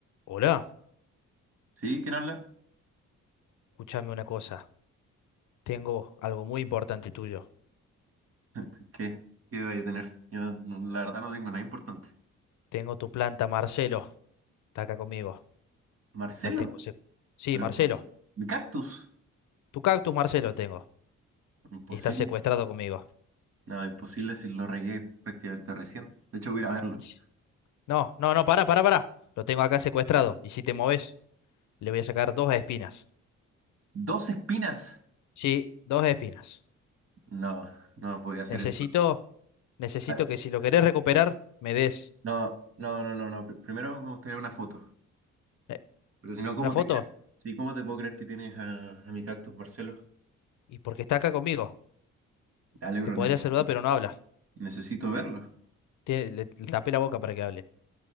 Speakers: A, on the left (about 75°); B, on the right (about 50°).
A: Hola,
B: ¿Sí? ¿Quién habla?
A: escúchame una cosa. Tengo algo muy importante tuyo.
B: <laughs> ¿Qué, qué voy a tener? Yo no- la verdad no tengo nada importante.
A: Tengo tu planta, Marcelo. Está acá conmigo.
B: ¿Marcelo?
A: La tengo. sec- Sí,
B: Pero...
A: Marcelo.
B: ¿Mi cactus?
A: Tu cactus, Marcelo, tengo.
B: Imposible.
A: Y está secuestrado conmigo.
B: No, imposible si lo regué prácticamente recién. De hecho, voy a ir a verlo.
A: Y si- No, no, no, pará, pará, pará. Lo tengo acá secuestrado. Y si te moves, le voy a sacar dos espinas.
B: ¿Dos espinas?
A: Sí, dos espinas.
B: No, no voy a hacer
A: Necesito,
B: eso.
A: necesito
B: A ver,
A: que si lo querés recuperar, me des
B: No, no, no, no, no. Pr- Primero me gustaría una foto.
A: eh,
B: Porque si no,
A: una
B: ¿cómo
A: foto.
B: te creo? Sí, ¿cómo te puedo creer que tienes a, a mi cactus, Marcelo?
A: Y porque está acá conmigo.
B: Dale, bro,
A: Te podría
B: neces-
A: saludar, pero no habla.
B: necesito verlo.
A: Tiene- le le tapé la boca para que hable.